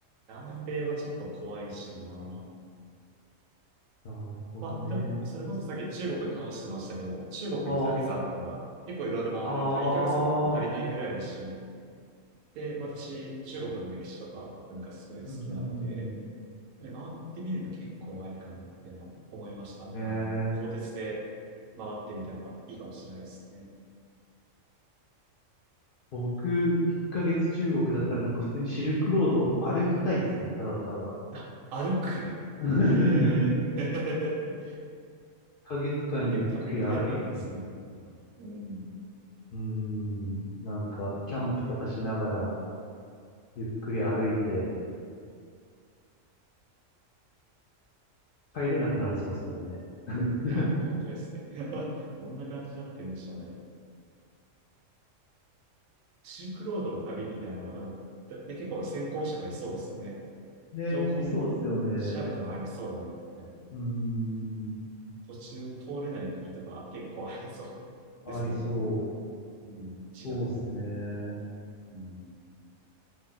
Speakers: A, on the right (about 85°); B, on the left (about 65°).
A: 南米はちょっと怖いしな。
B: なるほどね。
A: まあ、でも、それこそさっき中国で話してましたけど、中国1げ月あったら、
B: あ
A: 結構いろいろ回れるとか、
B: あ、ああ、
A: 1ヶ月あっても足りないぐらいだし、
B: うん、
A: で、私、中国の歴史とか文化すごい好きなので、
B: うん、うん
A: で回ってみるの結構ありかなっていうのは思いました。
B: うん。ねえ。
A: あの、鋼鉄で回ってみたらいいかもしれないですね。
B: 僕、1ヶ月中国だったらなんか普通にシルクロードを歩きたいですね。ただただ。
A: <laughs> あ、歩く。
B: <laughs>
A: ええ
B: 1
A: ー <laughs>
B: ヶ月間ゆっくり歩いてみたいな。
A: 結構た体力あるんですね。うん。
B: うーん、なんか、キャンプとかしながら、ゆっくり歩いて、帰れなくなりそうですけどね。<laughs>
A: いや、本当ですね。<laughs> どんな感じになってるんでしょうね。シルクロードの旅みたいなのは、でも、だね、結構先行者がいそうですよね。
B: ね、
A: 情報も調べたらありそうだな、
B: いそうですよね。
A: みたいな。
B: うーん、
A: 途中通れない国とか結構ありそうですけどね。
B: ありそう。
A: うん、
B: そうですね。
A: 道だったり。うん。